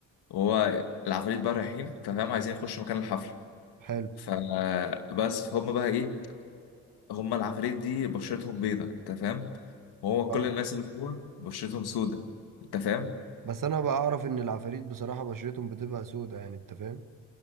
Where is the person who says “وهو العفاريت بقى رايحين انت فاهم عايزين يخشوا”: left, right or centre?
Left